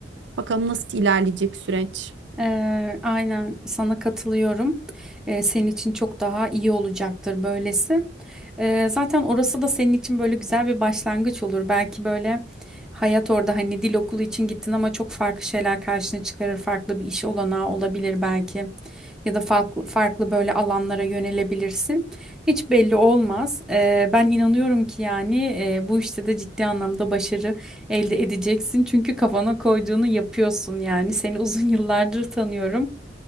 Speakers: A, on the right (about 70°); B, in the centre.
A: Bakalım nasıl ilerleyecek süreç.
B: Eee, aynen sana katılıyorum. Eee, senin için çok daha iyi olacaktır böylesi. Eee, zaten orası da senin için böyle güzel bir başlangıç olur. Belki böyle hayat orada hani dil okulu için gittin ama çok farklı şeyler karşına çıkarır. Farklı bir iş olanağı olabilir belki. Ya da farklı, farklı böyle alanlara yönelebilirsin. Hiç belli olmaz. Eee, ben inanıyorum ki yani eee, bu işte de ciddi anlamda başarı elde edeceksin. Çünkü kafana koyduğunu yapıyorsun yani. Seni uzun <laughs> yıllardır tanıyorum.